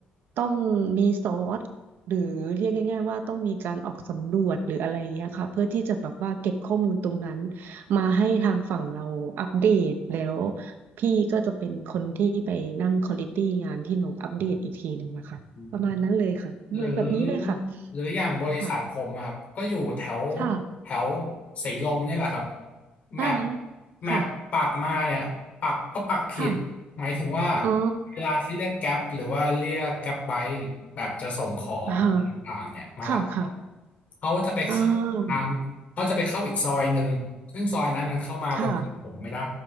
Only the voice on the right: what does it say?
ต้องมีซอสหรือเรียกง่ายๆว่าต้องมีการออกสำรวจหรืออะไรเงี้ยค่ะเพื่อที่จะแบบว่าเก็บข้อมูลตรงนั้นมาให้ทางฝั่งเราอัปเดตแล้ว พี่ก็จะเป็นคนที่ไปนั่งควอลิตี้งานที่น้องอัปเดตอีกทีหนึ่งนะคะประมาณนั้นเลยค่ะเหมือนแบบนี้เลยค่ะ
ค่ะค่ะ
อ่าฮะ
ค่ะค่ะอ๋อ
อ่าค่ะค่ะ
อ่าค่ะ